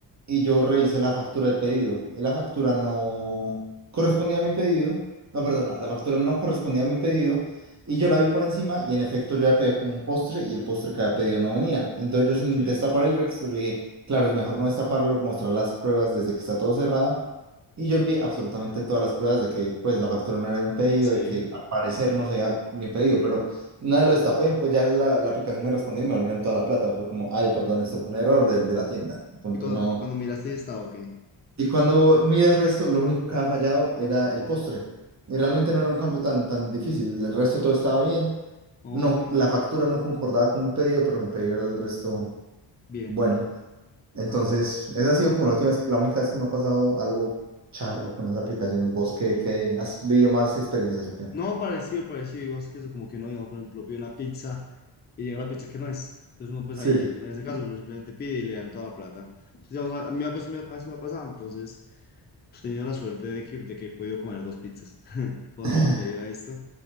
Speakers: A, on the right (about 35°); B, on the left (about 20°).
A: y yo revisé la factura del pedido y la factura no correspondía a mi pedido, no, perdona, la factura no correspondía a mi pedido y yo la vi por encima y en efecto yo había pedido como un postre y el postre que había pedido no venía. Entonces yo
B: Ok,
A: sin destapar el resto, yo dije, claro, es mejor no destaparlo, mostrar las pruebas desde que está todo cerrado y yo envié absolutamente todas las pruebas de que pues la factura no era mi pedido,
B: sí.
A: de que al parecer no sería mi pedido, pero nada lo destapé, pues ya la, la aplicación me respondió y me volvieron toda la plata. Fue como, ay, perdón, esto fue un error del de la tienda. Punto,
B: ¿Y cuando,
A: no.
B: cuando miraste ya estaba, ok?
A: Y cuando miré el resto, lo único que había fallado era el postre. Y realmente no era un cambio tan, tan difícil. El resto todo estaba bien.
B: Oh,
A: No, la factura no concordaba con mi pedido, pero mi pedido era el resto
B: bien,
A: bueno. Entonces, esa ha sido como la última vez- la única vez que me ha pasado algo charro con esas aplicaciones. ¿Vos
B: ok.
A: qué, qué has vivido más experiencias o qué?
B: No, parecido, parecido. Digamos que eso como que uno, digamos, por ejemplo, pide una pizza y llega la pizza que no es. Entonces uno pues
A: Sí.
B: ahí, en ese caso, uno simplemente pide y le dan toda la plata. Entonces, digamos, a a mí a me, ha a veces me ha pasado. Entonces, pues, he tenido la suerte de que, de que he podido comer dos pizzas <laughs> por,
A: <laughs>
B: por debido a esto.